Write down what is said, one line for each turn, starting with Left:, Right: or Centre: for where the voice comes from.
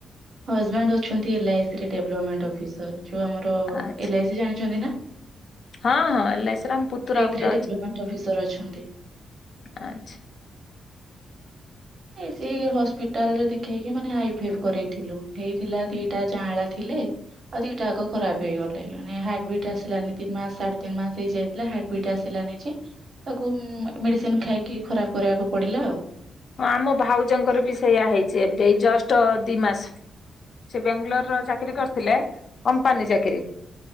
Right: ହଜବେ୍ୟାଣ୍ଡ ଅଛନ୍ତି ଏଲ୍ଆଇସି ରେ ଡେଭଲପମେଣ୍ଟ ଅଫିସର। ଯୋଉ ଆମର
Left: ଆଚ୍ଛା
Right: ଏଇ ଜାଣିଛନ୍ତି ନା
Left: ହଁ ହଁ ଏଲ୍ ଆଇ ସି ରେ ଆମ ପୁତୁରା
Right: ସେଇଥିରେ
Left: ଗୋଟେ
Right: - ଅଫିସର ଅଛନ୍ତି।
Left: ଆଛା।
Right: ସେ ହସ୍ପିଟାଲ ରେ ଦେଖେଇକି ମାନେ ଆଇଭିଆଫ୍ କରରେଇଥିଲୁ ହେଇଥିଲା ଦିଟା ଯାଆଁଳା ଥିଲେ। ଆଉ ଦିଇଟା ଆ ଖରା ହେଇଗଲାଣି ମାନ ହାର୍ଟ ବିଟ୍ ଆସିଲାନି ତିନି ମାସ ସାଢେ ତିନି ମାସ ହେଇଯାଇଥିଲା ହ। କଇଟା ଆସିଲା ନେଇ ତାକୁ ମେଡିସିନ ଖାଇକି ଖରାପ କରିବାକୁ ପଡିଲା ଆଉ।
Left: ହଁ ଆମ ଭାଉଜଙ୍କର ବି ସେଇଆ ହେଇଛି ଏବେ ଜଷ୍ଟ ଦି ମାସ। ସେ ବଙ୍ଗାଲୋର ର ଚାକିରୀ କରିଥିଲେ କମ୍ପାନୀ ଚାକିରୀ।